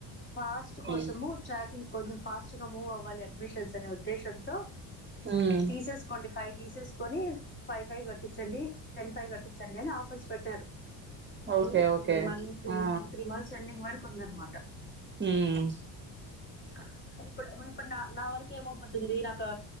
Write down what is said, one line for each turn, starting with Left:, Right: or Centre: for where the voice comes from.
Left: ఫాస్ట్ కోసము
Right: ఉమ్
Left: ట్రాకింగ్ కొంజం ఫాస్ సుగము వాల్ అడ్మిషన్స్ అనే ఉద్దేశంతో
Right: ఉమ్
Left: తీసేసుకోండి ఫై తీసేసుకొని ఫైవ్ ఫైవ్ కట్టించండి, టెన్ ఫైవ్ కట్టించండి అని ఆఫర్స్ పెట్టారు.
Right: ఓకే
Left: ఉంది,
Right: ఓకే
Left: ఈ మంత్
Right: ఆ
Left: ఈ టూ త్రీ మంత్స్ ఎండింగ్ వర్ కుందన్ మాట
Right: ఉమ్
Left: క ఇప్పుడ్ ఇప్పుడు నా నా వరకు ఏమౌపోతుంది నాకా,